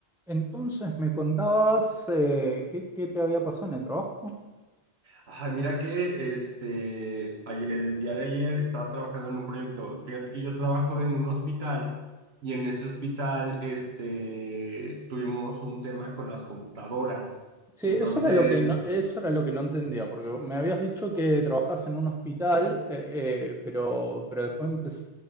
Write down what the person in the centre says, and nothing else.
Entonces me contabas eh, qué, qué te había pasado en el trabajo.
Sí,
eso era lo que no, eso era lo que no entendía, porque me habías dicho que trabajás en un hospital, eh, eh, pero, pero después empecé-